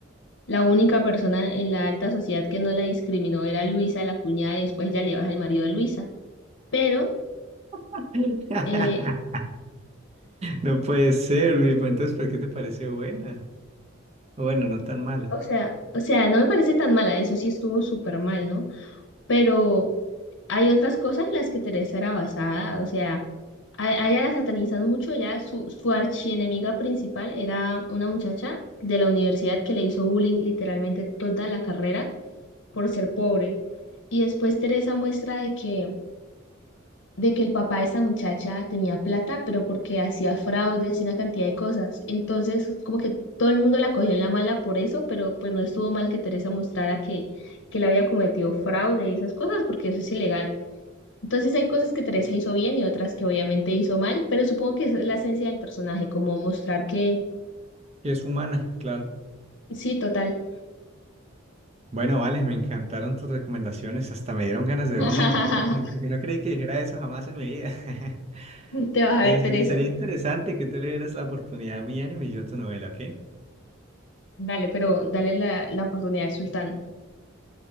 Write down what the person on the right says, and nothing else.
<laughs>
No puede ser, Luis. Pues Entonces, ¿por qué te parece buena? O Bueno, no tan mala.
Que es humana, claro.
Bueno, vale, me encantaron tus recomendaciones. Hasta me dieron ganas de
verme una novela. <laughs> No, no creí que dijera eso jamás en mi vida. <laughs>
Pero
Sería, sería interesante que tú le dieras la oportunidad a mi anime y yo a tu novela, ¿ok?